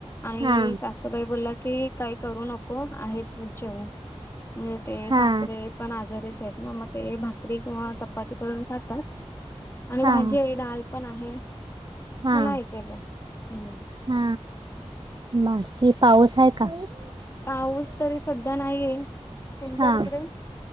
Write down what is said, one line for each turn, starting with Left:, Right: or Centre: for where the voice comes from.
Left: आणि
Right: हा
Left: सासूबाई बोलल्या की काही करू नको आहे ते जेऊ ते
Right: हा
Left: सासरे पण आजारीच आहेत ना मग ते भाकरी किंवा चपाती करून खातात आणि
Right: हा
Left: भाजी आहे डाल पण आहे
Right: हा
Left: म नाही केलं हम.
Right: हा बाकी पाऊस आहे का?
Left: पाऊस तरी सध्या नाहीये, तुमच्या
Right: हा
Left: तिकडे?